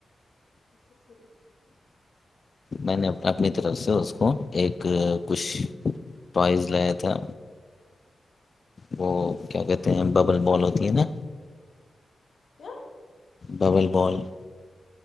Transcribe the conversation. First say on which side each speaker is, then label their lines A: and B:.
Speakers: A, on the left (about 70°); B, on the left (about 55°).
A: اچھا ٹھیک
B: میں نے اپنی طرف سے اس کو ایک کچھ ٹوائز لایا تھا وہ کیا کہتے ہیں ببل بال ہوتی ہے نا
A: کیا
B: ببل بال